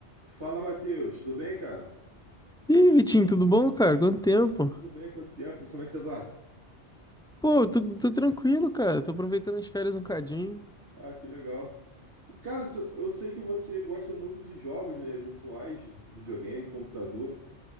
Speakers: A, on the right; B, in the centre.
A: Fala, Matheus, tudo bem, cara?
B: Ih, Vitinho, tudo bom, cara? Quanto tempo?
A: Tudo bem, quanto tempo? Como é que você tá?
B: Pô, tô, tô tranquilo, cara. Tô aproveitando as férias um cadinho.
A: Ah, que legal. Cara, tu- eu sei que você gosta muito de jogos, né, virtuais, videogame, computador.